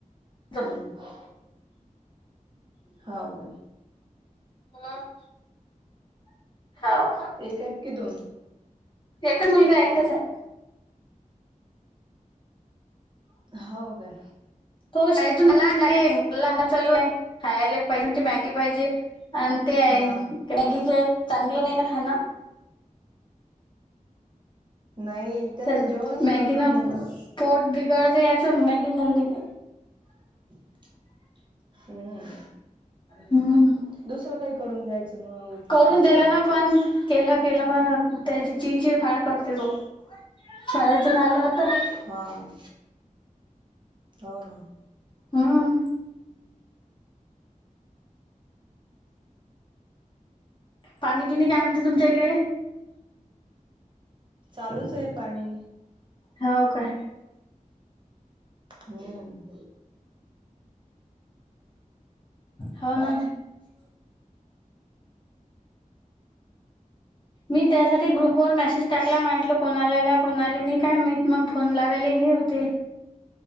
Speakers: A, on the left; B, on the right.
A: तो.
B: हम्म होा का
A: हम् होा
B: एक आठ की दोन
A: एकच मुलगा एककाच आहे
B: हो का
A: तो शाळेतून लहानग लला चालू आहे खायला पाहिजे त मॅगी पाहिजे आणि ते आहे
B: हा
A: का की काय चांगलं नाही ना खाण
B: नाही त्यांना
A: तर
B: जेवणच
A: मॅगी
B: करत
A: ना
B: नाही मुलं
A: पोट बिघडते याचं मॅगी खाल्ली की
B: हम्
A: हम्
B: दुसरं काही करून द्यायचं मग उपमा
A: करून
B: वगैरे
A: दिलं ना पण केलं केलं पण त्याची चिड चिड फार करते तो शाळेतून आला आता
B: हां होन
A: हम् पाणी गिणी काय म्हणजे तुमच्या इकडे
B: चालूच आहे पाणी
A: हो काय
B: हम्म
A: हो ना मी त्यासाठी ग्रुपवरर मेसेज टाकला म्हटलं कोणाल्याला कोणाले नाही काय मी मग फोन लावाले हे होते